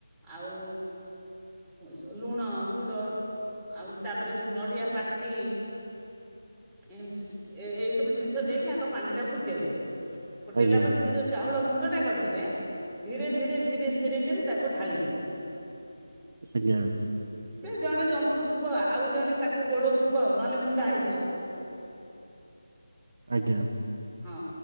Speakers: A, in the centre; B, on the right.
A: ଆଉ ସ ଲୁଣ ଗୁଡ଼ ଆଉ ତାପରେ ନଡ଼ିଆ ପାତି ଏମିତି ସ ଏ ସବୁ ଜିନିଷ ଦେଇକି ଆଗ ପାଣି ଟାକୁ ଫୁଟେଇଲେ। ଫୁଟେଇଲା
B: ଆଜ୍ଞା
A: ପରେ ସେ ଯୋଉ ଚାଉଳ ଗୁଣ୍ଡ ଟା କରିଥିବେ ଧୀରେ ଧୀରେ ଧୀରେ ଧୀରେ କି ତାକୁ ଢା଼ଳିବେ।
B: ଆଜ୍ଞା।
A: ଜଣେ ଜନ୍ତୁଥିବ ଆଉ ଜଣେ ତାକୁ ଗୋଲଉଥିବ ନହେଲେ ମୁଣ୍ଡ୍ ଣ୍ଡା ହେଇଯିବ।
B: ଆଜ୍ଞା।
A: ହଁ।